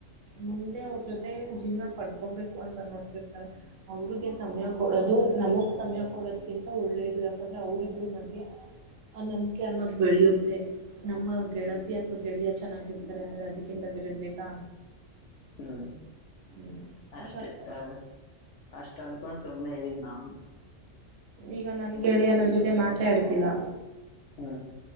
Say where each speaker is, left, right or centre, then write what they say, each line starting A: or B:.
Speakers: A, on the right (about 85°); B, on the left (about 65°).
A: ಮುಂದೆ ಅವ್ರ ಜೊತೆ ಜೀವನ ಪಡ್ಕೊಬೇಕು ಅಂತೋ ರ್ತಾರೆ ಅವ್ರಿಗೆ ಸಮಯ ಕೊಡೋದು ನಮಗ್ ಸಮಯ ಕೊಡೋದ್ಕಿಂತ ಒಳ್ಳೇದು ಯಾಕಂದ್ರೆ ಅವ್ರಗ್. ಮಧ್ಯ ಆ ನಂಬಿಕೆ ಅನ್ನೋದ್ ಬೆಳೆಯುತ್ತೆ, ನಮ್ಮ ಗೆಳತಿ ಅಥವಾ <unintelligible> ಚೆನ್ನಾಗಿರ್ತಾರೆ ಅಂದ್ರೆ ಅದಕ್ಕಿಂತ ಬೆರೆದ್ ಬೇಕಾ.
B: ಹ್ಮ್.
A: ಹ್ಮ್
B: ಅಷ್ಟೇ,
A: ಆಗ ಅರ್ಥ
B: ಅ ಅಷ್ಟ್ ಅಂದ್ಕೊಂಡ್ ಸುಮ್ಮನೆ ಇದ್ದೀವಿ ನಾವುನು.
A: ಈಗ ನನ್ ಗೆಳೆಯನ ಜೊತೆ ಮಾತೆ ಆಡ್ತಿಲ್ಲ.
B: ಹ್ಮ್.